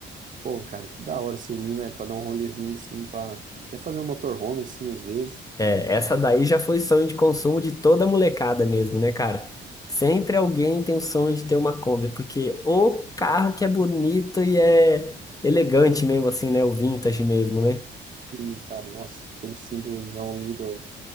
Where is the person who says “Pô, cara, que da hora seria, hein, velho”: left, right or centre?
Right